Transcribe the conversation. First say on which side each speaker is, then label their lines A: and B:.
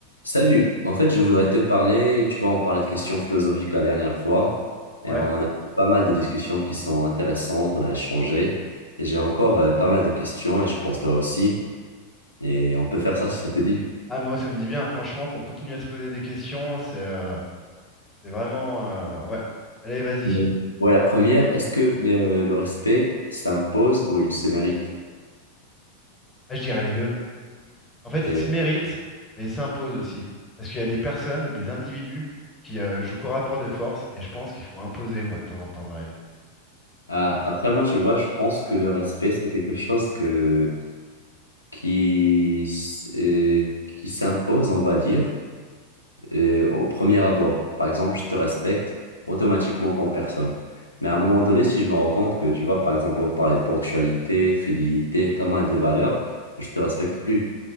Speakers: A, on the left; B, on the left.
A: Salut, en fait je voudrais te parler, tu vois on parlait de questions philosophiques la dernière fois
B: Ouais.
A: et on a eu pas mal de discussions qui sont intéressantes, on a échangé et j'ai encore euh, pas mal de questions et je pense toi aussi et on peut faire ça si ça te dit.
B: Ah, moi, ça me dit bien, franchement, qu'on continue à se poser des questions. C'est euh, c'est vraiment. euh, ouais. Allez, vas-y.
A: Mm. Ouais la première, est-ce que le, le respect s'impose ou il se mérite?
B: Ah, je dirais les deux. En fait,
A: Et
B: ils se méritent, mais ils s'imposent aussi. Parce qu'il y a des personnes, des individus qui euh, jouent qu'au rapport de force, et je pense qu'il faut imposer, moi, de temps en temps dans la vie.
A: ah, après moi tu vois je pense que le respect c'est quelque chose que, qui, s- euh, qui s'impose on va dire euh, au premier abord. Par exemple, je te respecte automatiquement comme personne. Mais à un moment donné, si je me rends compte que, tu vois, par exemple, on parlait de ponctualité, fidélité, pas mal de valeurs, je te respecte plus.